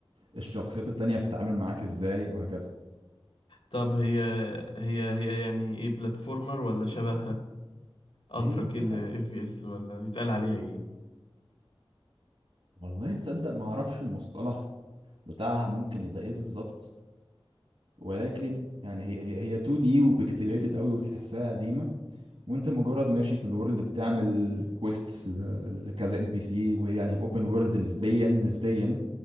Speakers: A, on the right; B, on the left.
A: الشخصيات التانية بتتعامل معاك ازاي وهكذا
B: طب هي هي هي يعني إيه بلاتفورمر ولا شبه ألترا
A: هي
B: كيل إف في إس ولا يتقال عليها إيه
A: والله تصدق ما اعرفش المصطلح بتاعها ممكن يبقى ايه بالظبط ولكن يعني هي هي هي 2D وبيكسليتد قوي وتحسها قديمه وانت مجرد ماشي في الورلد بتعمل كويستس لكذا ان بي سي وهي يعني اوبن وورلد نسبيا نسبيا